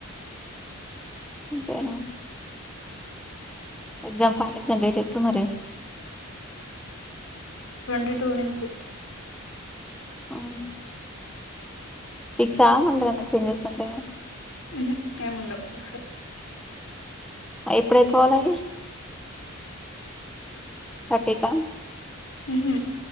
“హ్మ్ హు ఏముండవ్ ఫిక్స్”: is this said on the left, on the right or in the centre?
Left